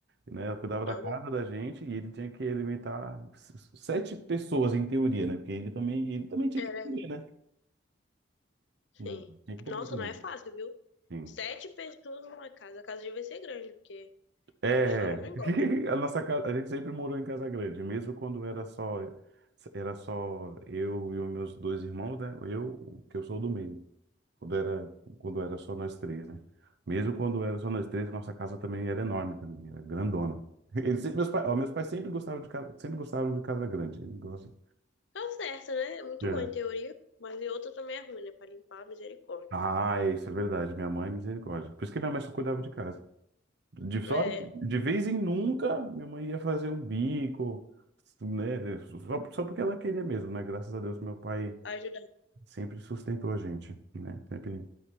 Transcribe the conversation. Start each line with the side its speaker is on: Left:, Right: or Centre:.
Right: Né? Ela cuidava
Left: não,
Right: da casa
Left: meu,
Right: da gente e ele tinha que alimentar s- sete pessoas, em teoria, né? Porque ele também, ele também tinha
Left: era,
Right: que comer, né?
Left: sim.
Right: Né? Tinha que comer
Left: Nossa,
Right: também.
Left: não é fácil, viu?
Right: Sim.
Left: Sete pessoas numa casa. A casa devia ser grande, porque
Right: É,
Left: eu vou te falar um negócio.
Right: <laughs> a nossa casa, a gente sempre morou em casa grande, mesmo quando era só era só eu e os meus dois irmãos, né? Eu, que eu sou do meio. Quando era, quando era só nós três, né? Mesmo quando era só nós três, nossa casa também era enorme também, era grandona. <laughs> Eles, sempre- meus, pais, ó, meus pais sempre gostavam de casa, sempre gostavam de casa grande. Eles gostam.
Left: Tá certo, né? É muito
Right: É.
Left: bom em teoria, mas em outra também é ruim, né? Pra limpar, misericórdia.
Right: Ah, é, isso é verdade. Minha mãe, é misericórdia. Por isso que minha mãe só cuidava de casa. De, só,
Left: É,
Right: de vez em nunca, minha mãe ia fazer um bico, né? Só, só porque ela queria mesmo, né? Graças a Deus, meu pai
Left: ajudar.
Right: sempre sustentou a gente, né? Sempre